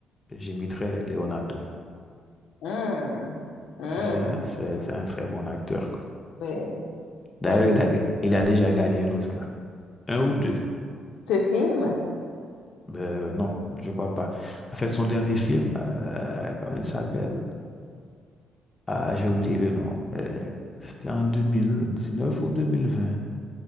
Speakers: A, on the left; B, on the left.
A: j'imiterais Leonardo,
B: hmm hum,
A: parce que c'est un, c'est, c'est un très bon acteur.
B: oui.
A: D'ailleurs,
B: C'est un-
A: il a, il a déjà gagné un Oscar. Un ou deux.
B: Ce film?
A: Euh, non, je crois pas. En fait, son dernier film, euh, comment il s'appelle? Ah, j'ai oublié le nom. mais C'était en 2019 ou 2020.